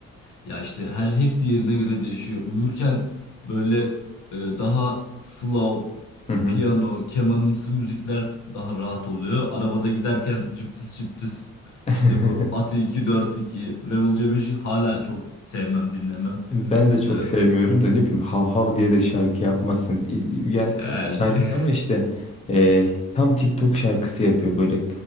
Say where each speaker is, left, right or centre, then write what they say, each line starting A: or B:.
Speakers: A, on the left; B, on the left.
A: Ya işte her hepsi yerine göre değişiyor. Uyurken böyle e, daha slow,
B: Hı hı.
A: piyano, kemanımsı müzikler daha rahat oluyor. Arabada giderken cıptıs cıptıs
B: <laughs>
A: işte bu Ati 242 Level C5'i hala çok sevmem dinlemem.
B: Ben de çok
A: E,
B: sevmiyorum da ne bileyim hav hav diye de şarkı yapmasın. İ- Ya
A: yani
B: şarkı
A: <laughs>
B: ama işte e, tam TikTok şarkısı yapıyor böyle